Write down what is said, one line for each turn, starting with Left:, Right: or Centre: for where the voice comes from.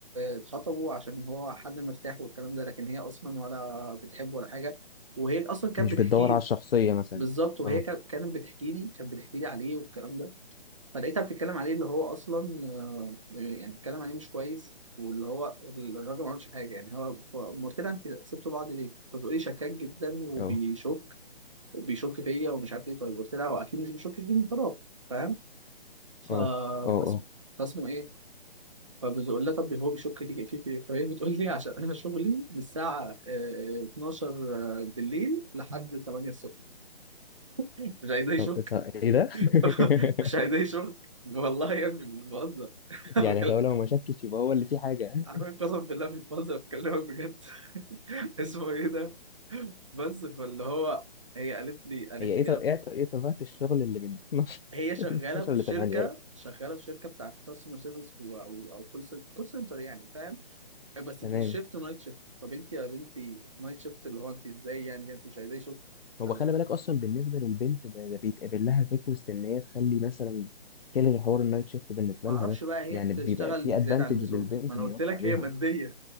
Right: اتخطبوا عشان هو حد مرتاح والكلام ده لكن هي اصلا ولا بتحبه ولا حاجه وهي اصلا كانت
Left: مش
Right: بتحكي
Left: بتدور على
Right: لي
Left: الشخصية مثلا
Right: بالظبط وهي
Left: اه
Right: كا- كانت بتحكي لي كانت بتحكي لي عليه والكلام ده فلقيتها بتتكلم عليه اللي هو اصلا آه، آه، يعني بتتكلم عليه مش كويس واللي هو الراجل ما عملش حاجه يعني هو فقام قلت لها انت سبتوا بعض ليه؟ فبتقول لي شكاك جدا وبيشك
Left: اه
Right: وبيشك فيا ومش عارف ايه طيب قلت لها هو اكيد مش بيشك فيك من فراغ فاهم؟ ف...
Left: اه اه
Right: فاسمه
Left: اه
Right: فاسمه ايه فبتقول لها طب هو بيشك لي فيك ايه؟ فهي بتقول لي عشان انا شغلي من الساعه آه، 12 بالليل لحد 8 الصبح مش عايزاه يشك
Left: طب إيه، طب
Right: <laughs>
Left: ايه ده؟ <laughs>
Right: مش عايزاه يشك والله يا ابني مش بهزر <laughs> بكلم-
Left: يعني ده لو ما شكش يبقى هو اللي فيه حاجة
Right: عارفين قسم بالله مش بهزر بكلمك بجد <laughs> اسمه ايه ده؟ بس فاللي هو هي قالت لي قالت
Left: هي ايه
Right: لي كده
Left: طب ايه طب- إيه طبيعة الشغل اللي من <laughs>
Right: هي شغاله
Left: 12
Right: في
Left: ل 8
Right: شركه شغاله في شركه بتاعت كاستمر سيرفيس او او كول سنتر يعني فاهم آه، بس
Left: تمام
Right: في الشيفت نايت شيفت طب انت يا بنتي نايت شيفت اللي هو انت ازاي يعني انت مش عايزاه يشك
Left: هو
Right: طب
Left: خلي بالك اصلا بالنسبه للبنت ده, ده بيتقابل لها ريكوست ان هي تخلي مثلا تلغي حوار النايت شيفت بالنسبه
Right: ما اعرفش
Left: لها ده
Right: بقى هي
Left: يعني
Right: بتشتغل
Left: بيبقى في
Right: زياده
Left: ادفانتج
Right: عن اللزوم
Left: للبنت
Right: ما انا
Left: ان
Right: قلت
Left: يوافق
Right: لك
Left: عليها
Right: هي ماديه